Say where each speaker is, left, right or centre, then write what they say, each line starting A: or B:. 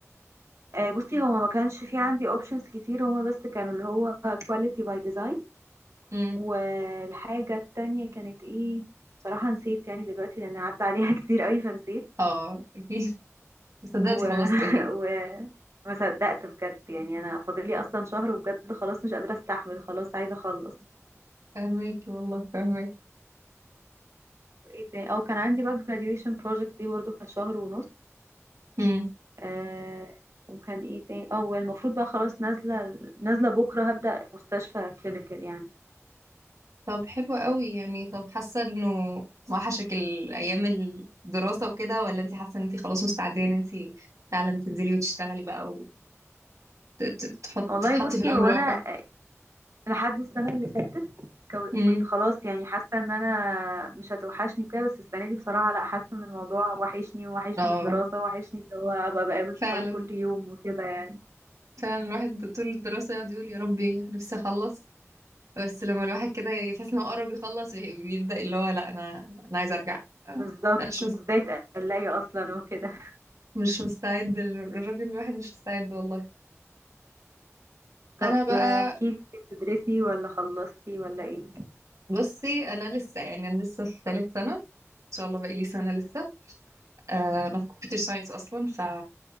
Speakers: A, on the right (about 65°); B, on the right (about 85°).
A: آه، بصي هو ما كانش في عندي اوبشنز كتير هما بس كانوا اللي هو كواليتي باي ديزاين
B: م.
A: والحاجة التانية كانت ايه بصراحة نسيت يعني دلوقتي لان عدى عليها <laughs> كتير قوي فنسيت
B: اه اكيد صدقتي
A: و...
B: خلصت
A: <laughs>
B: اكيد
A: و... ما صدقت بجد يعني انا فاضلي اصلا شهر وبجد خلاص مش قادرة استحمل خلاص عايزة اخلص
B: فهماكي والله فهماكي
A: وايه تاني او كان عندي بقى graduation project دي برضو كانت شهر ونص
B: حلو
A: آه وكان ايه تاني اه والمفروض بقى خلاص نازلة نازلة بكرة هبدأ مستشفى كلينيكال يعني
B: طب حلو قوي يعني طب حاسه انه وحشك الايام الدراسه وكده ولا انت حاسه ان انت خلاص مستعده ان انت فعلا تنزلي وتشتغلي بقى وتحط
A: والله
B: تتحطي
A: بصي
B: في الامر
A: هو
B: الواقع
A: انا لحد السنة اللي فاتت كو-
B: امم
A: كنت خلاص يعني حاسة ان انا مش هتوحشني وكده بس السنة دي بصراحة لا حاسة ان الموضوع وحشني ووحشني
B: اه
A: الدراسة وحشني اللي هو ابقى بقابل صحابي
B: فعلا
A: كل يوم وكده يعني
B: فعلا الواحد طول الدراسه يقعد يقول يا ربي نفسي اخلص بس لما الواحد كده يحس انه قرب يخلص بي- بيبدا اللي هو لا انا انا عايز ارجع انا
A: بالظبط
B: مش
A: بتبداي
B: مس-
A: تقلقي اصلا وكده
B: مش مستعد الراجل الواحد مش مستعد والله
A: طب
B: انا بقى
A: احكي لي بتدرسي ولا خلصتي ولا ايه
B: بصي انا لسه يعني انا لسه في ثالث سنه ان شاء الله بقالي سنة لسه آه، انا في كمبيوتر ساينس اصلا ف